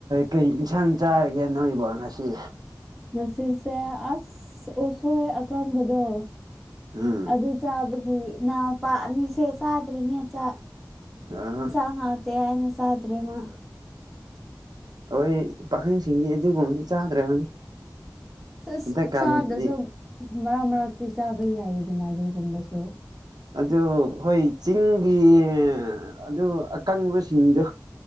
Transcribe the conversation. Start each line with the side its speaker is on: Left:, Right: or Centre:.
Right: ꯀꯩ ꯏꯟꯁꯥꯡ ꯆꯥꯔꯒꯦ ꯅꯧꯏꯕꯣ ꯉꯁꯤ
Centre: ꯉꯁꯤꯁꯦ ꯑꯁ ꯎꯁꯣꯏ ꯑꯀꯪꯕꯗꯣ
Right: ꯎꯝ
Centre: ꯑꯗꯨ ꯆꯥꯕꯒꯤ ꯏꯅꯥꯎꯄꯥ ꯑꯅꯤꯁꯦ ꯆꯥꯗ꯭ꯔꯤꯅꯦ ꯆꯥꯛ
Right: ꯑ
Centre: ꯏꯟꯁꯥꯡ ꯍꯥꯎꯇꯦ ꯍꯥꯏꯅ ꯆꯥꯗ꯭ꯔꯦ ꯃꯥ
Right: ꯑꯈꯣꯏ ꯄꯥꯈꯪꯁꯤꯡꯗꯤ ꯑꯗꯨꯒꯨꯝꯕꯗꯤ ꯆꯥꯗ꯭ꯔꯕꯅꯤ
Centre: ꯑꯁ
Right: ꯍꯟꯗꯛꯀꯥꯟꯗꯤ
Centre: ꯆꯥꯗ꯭ꯔꯁꯨ ꯃꯔꯛ ꯃꯔꯛꯇꯤ ꯆꯥꯕ ꯌꯥꯏꯌꯦꯗꯅ ꯑꯗꯨꯒꯨꯝꯕꯁꯨ
Right: ꯑꯗꯨ ꯍꯣꯏ ꯆꯤꯡꯒꯤ ꯑꯗꯨ ꯑꯀꯪꯕꯁꯤꯡꯗꯨ